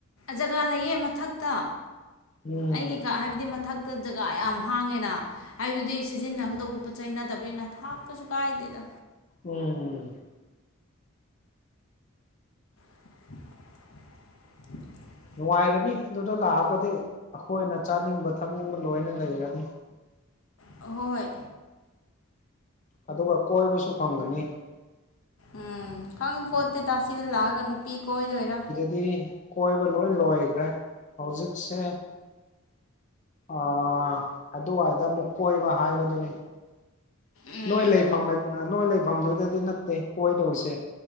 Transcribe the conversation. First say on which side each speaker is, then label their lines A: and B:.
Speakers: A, on the left (about 75°); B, on the left (about 35°).
A: ꯖꯒꯥ ꯂꯩꯌꯦ ꯃꯊꯛꯇ
B: ꯎꯝ
A: ꯑꯩꯒꯤ ꯀꯥ ꯍꯥꯏꯕꯗꯤ ꯃꯊꯛꯇ ꯗꯖꯒ ꯌꯥꯝ ꯍꯥꯡꯉꯦꯅ ꯍꯥꯏꯗꯨꯗꯤ ꯁꯤꯖꯤꯟꯅꯒꯗꯧꯕ ꯄꯣꯠ ꯆꯩꯩꯅꯗꯕꯅꯤꯅ ꯊꯥꯞꯄꯁꯨ ꯀꯥꯏꯗꯦꯗ
B: ꯎꯝ
A: <inaudible>
B: ꯅꯨꯡꯉꯥꯏꯔꯅꯤ ꯑꯗꯨꯗ ꯂꯥꯛꯑꯒꯗꯤ ꯑꯩꯈꯣꯏꯅ ꯆꯥꯅꯤꯡꯕ ꯊꯛꯅꯤꯡꯕ ꯂꯣꯏꯅ ꯂꯩꯔꯅꯤ
A: ꯍꯣꯏ
B: ꯑꯗꯨꯒ ꯀꯣꯏꯕꯁꯨ ꯐꯪꯉꯅꯤ
A: ꯎꯝ ꯈꯪ ꯄꯣꯠꯇꯦꯗ ꯁꯤꯗ ꯂꯥꯛꯑꯒꯅꯨꯄꯤ ꯀꯣꯏꯗꯣꯏꯔ
B: ꯗꯤ ꯀꯣꯏꯕ ꯂꯣꯏ ꯂꯣꯏꯈ꯭ꯔꯦ ꯍꯧꯖꯤꯛꯁꯦ ꯑ ꯑꯗꯨꯋꯥꯗ ꯑꯃꯨꯛ ꯀꯣꯏꯕ ꯍꯥꯏꯕꯗꯨꯅꯤ
A: ꯎꯝ
B: ꯅꯣꯏ ꯂꯩꯐꯝ ꯅꯣꯏ ꯂꯩꯐꯝꯗꯨꯗꯗꯤ ꯅꯠꯇꯦ ꯀꯣꯏꯗꯧꯁꯦ